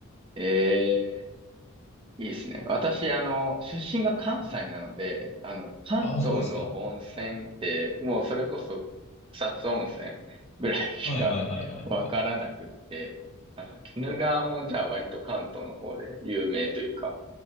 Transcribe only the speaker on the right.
ええいいですね。私、あの、出身が関西なので、あの、関東の温泉って、
もうそれこそ草津温泉ぐらいしかわからなくって、
あ、鬼怒川もじゃあ割と関東の方で有名というか、